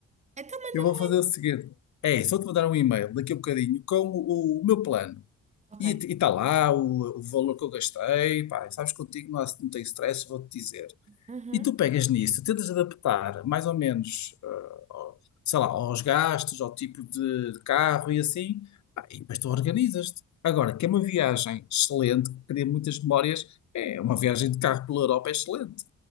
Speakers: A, on the right; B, on the left.
A: Então manda-me
B: Eu vou
A: um
B: fazer
A: e-mail.
B: o seguinte. É, só te mandar um e-mail daqui a um bocadinho com o, o meu plano.
A: Ok.
B: E está lá o, o valor que eu gastei. Pá, sabes contigo, não, há- não tem stress, vou-te dizer.
A: Uhum.
B: E tu pegas nisso, tentas adaptar mais ou menos, ah, ao- sei lá, aos gastos, ao tipo de, de carro e assim, pá, e depois tu organizas-te. Agora, que é uma viagem excelente, que cria muitas memórias, é uma viagem de carro pela Europa é excelente.